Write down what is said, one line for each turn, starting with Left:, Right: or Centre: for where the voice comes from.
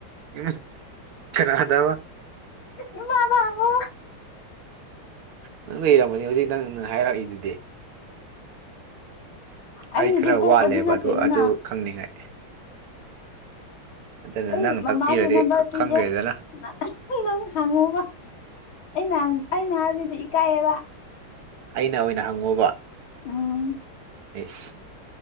Right: ꯎꯝ ꯀꯅꯥꯗꯕꯥ
Left: ꯏꯃꯥꯗ ꯍꯪꯉꯨ꯫
Right: ꯅꯪ ꯂꯩꯔꯝꯃꯅꯤ ꯍꯧꯖꯤꯛ ꯅꯪ ꯍꯥꯏꯔꯛꯏꯗꯨꯗꯤ꯫
Left: ꯑꯩꯅꯗꯤ
Right: ꯑꯩ ꯈꯔ
Left: ꯄꯣꯛꯄꯗꯤ
Right: ꯋꯥꯠꯂꯦꯕ
Left: ꯅꯠꯇꯦꯗꯅ
Right: ꯑꯗꯨ ꯑꯗꯨ ꯈꯪꯅꯤꯡꯉꯥꯏ꯫ ꯑꯗꯨꯅ
Left: ꯑꯩ
Right: ꯅꯪ
Left: ꯃꯃꯥꯒꯤ
Right: ꯇꯥꯛꯄꯤꯔꯗꯤ
Left: ꯅꯝꯕꯔ ꯄꯤꯒꯦ꯫
Right: ꯈꯪꯈ꯭ꯔꯦꯗꯅ
Left: <unintelligible> <unintelligible> ꯅꯪ ꯍꯥꯡꯉꯨꯕ꯫ ꯑꯩꯅ ꯍꯥꯢ ꯑꯩꯅ ꯍꯥꯏꯕꯗꯤ ꯏꯀꯥꯏꯌꯦꯕ꯫
Right: ꯑꯩꯅ ꯑꯣꯏꯅ ꯍꯪꯉꯣꯕ?
Left: ꯎꯝ
Right: ꯏꯁ